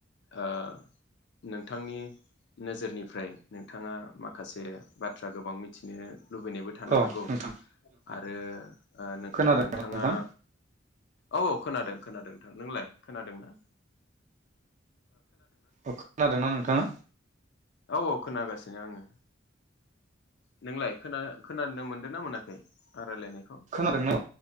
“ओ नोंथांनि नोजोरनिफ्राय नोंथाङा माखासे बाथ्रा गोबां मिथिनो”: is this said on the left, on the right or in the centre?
Left